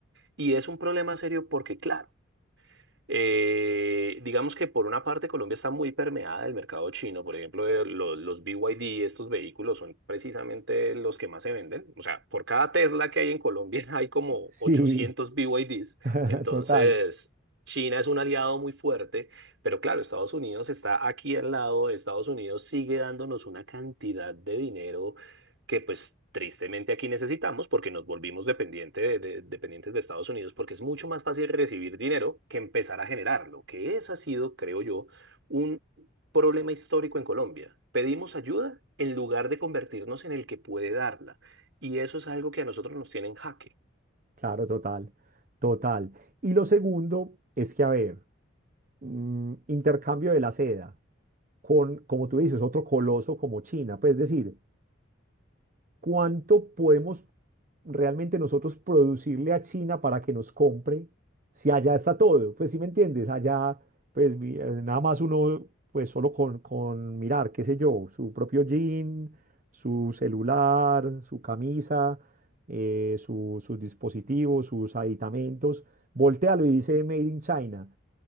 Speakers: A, on the right; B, on the right.
A: Y es un problema serio porque, claro, eh, digamos que por una parte Colombia está muy permeada del mercado chino. Por ejemplo, eh, lo- los BYD, estos vehículos son precisamente los que más se venden. O sea, por cada Tesla que hay en Colombia <laughs> hay como
B: Sí,
A: 800 BYDs.
B: <laughs>
A: Entonces,
B: total,
A: China es un aliado muy fuerte. Pero claro, Estados Unidos está aquí al lado. Estados Unidos sigue dándonos una cantidad de dinero que pues tristemente aquí necesitamos porque nos volvimos dependiente de- de- dependientes de Estados Unidos porque es mucho más fácil recibir dinero que empezar a generarlo, que ese ha sido, creo yo, un problema histórico en Colombia. Pedimos ayuda en lugar de convertirnos en el que puede darla. Y eso es algo que a nosotros nos tiene en jaque.
B: claro, total, total. Y lo segundo es que, a ver, mm, intercambio de la seda con, como tú dices, otro coloso como China, pues es decir, ¿Cuánto podemos realmente nosotros producirle a China para que nos compre si allá está todo? Pues sí me entiendes, allá pues mi- eh, nada más uno pues solo con, con mirar, qué sé yo, su propio jean, su celular, su camisa, eh, su- sus dispositivos, sus aditamentos, voltealo y dice Made in China